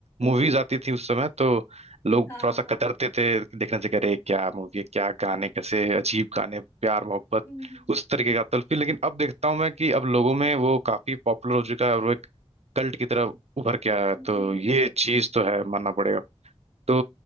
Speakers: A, on the right; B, on the left.
A: मूवीज हम्म। आती थी उस समय तो लोग
B: हाँ,
A: थोड़ा सा कतरते थे देखने से कह रहे क्या मूवी है क्या गाने कैसे अजीब गाने प्यार मोहब्बत
B: हम्म
A: उस तरीके का तल्फी लेकिन अब देखता हूँ मैं कि अब लोगों में वो काफी पॉपुलर हो चुका है और वो एक कल्ट की तरह उभर के आया है
B: हम्म,
A: तो
B: जी
A: ये चीज तो है मानना पड़ेगा तो